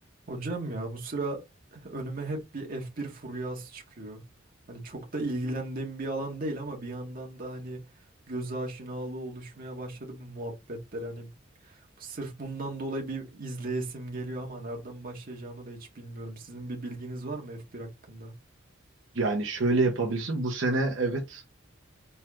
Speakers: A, on the right (about 45°); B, on the right (about 75°).
A: Hocam ya bu sıra önüme hep bir F1 furyası çıkıyor. Hani çok da ilgilendiğim bir alan değil ama bir yandan da hani göz aşinalığı oluşmaya başladı bu muhabbetler. Hani sırf bundan dolayı bir izleyesim geliyor ama nereden başlayacağımı da hiç bilmiyorum. Sizin bir bilginiz var mı F1 hakkında?
B: Yani şöyle yapabilirsin. Bu sene evet